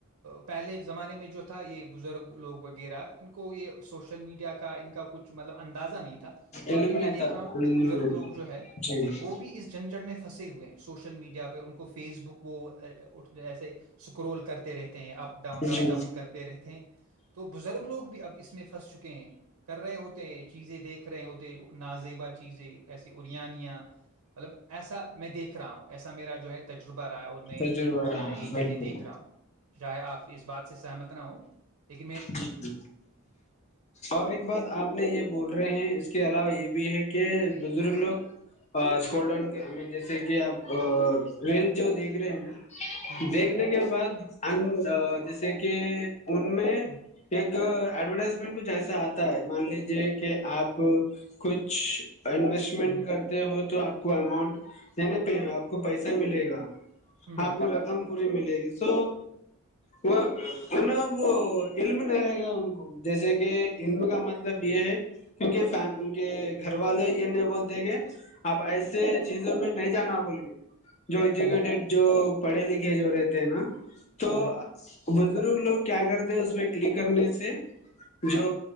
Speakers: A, on the right; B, on the left.
A: پہلے زمانے میں جو تھا یہ بزرگ لوگ وغیرہ ان کو یہ سوشل میڈیا کا ان کا کچھ مطلب اندازہ نہیں تھا تو ابھی
B: علم نہیں
A: میں دیکھ
B: تھا علم
A: رہا ہوں کچھ بزرگ
B: نہیں تھا
A: لوگ
B: جی
A: وہ بھی اس جگہ جنجڑ میں پنسے ہوئے ہیں سوشل میڈیا پہ ان کو فیس بک وہ ایسے اسکرول کرتے رہتے ہیں اپ ڈاؤن اپ
B: جی
A: ڈاؤن کرتے رہتے ہیں تو بزرگ لوگ بھی اب اس میں پھنس چکے ہیں کر رہے ہوتے ہیں چیزیں دیکھ رہے ہوتے نازیبا چیزیں ایسی اورانیا مطلب ایسا میں دیکھ رہا ہوں ایسا میرا جو ہے تجربہ رہا ہے اور میں
B: تجربہ رہا
A: یہ
B: بالکل
A: چیزیں دیکھ رہا ہوں چاہے آپ اس بات سے سہمت نہ ہو ایک
B: جی ج اور ایک بات آپ نے یہ بول رہے ہیں اس کے علاوہ یہ بھی بھی ہے کہ بزرگ لوگ اسکول ڈون جیسے کہ آپ ا
A: ہوں
B: رینل جو دیکھ رہے ہیں نا
A: ہوں ہوں
B: دیکھنے کے بعد ان جیسے کہ ان <unintelligible> ایک
A: ہوں
B: <unintelligible> ایڈورٹائزمنٹ کچھ ایسا آتا ہے مان لیجے کہ آپ کچھ انویسٹمنٹ
A: ہوں
B: کرتے ہو تو آپ کو اماؤنٹ پ آپ کو پیسہ ملے گا
A: ہوں ہوں
B: آپ کو رقم پوری ملے گی س وہ نا وہ علم نہیں رہے گا ان کو جیسے کہ علم کا مطلب یہ ہے کی ان کے گھر والے یہ نہیں بولتے کہ اب ایسے چیزوں میں نہیں جانا بول گے جو ایجوکیٹیڈ
A: ہوں ہوں
B: جو <unintelligible> پڑھے لکھے جو رہتے ہیں نا تو
A: ہوں
B: <unintelligible>
A: ہوں
B: بزرگ لوگ کیا کرتے ہیں اس میں کرنے سے جو